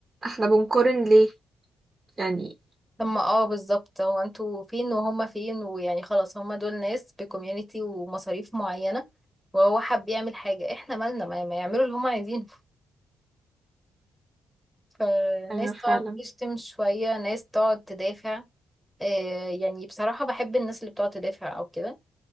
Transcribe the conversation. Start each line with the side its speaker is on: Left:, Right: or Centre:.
Right: احنا بنقارن ليه يعني
Centre: لما اه بالظبط هو انتوا فين وهما فين ويعني خلاص هما دول ناس بكوميونتي ومصاريف معينة وهو حب يعمل حاجة احنا مالنا ما, ما يعملوا اللي هما عايزينه <laughs> فناس
Right: أيوة فعلا
Centre: تقعد تشتم شوية ناس تقعد تدافع آه يعني بصراحة بحب الناس اللي بتقعد تدافع او كده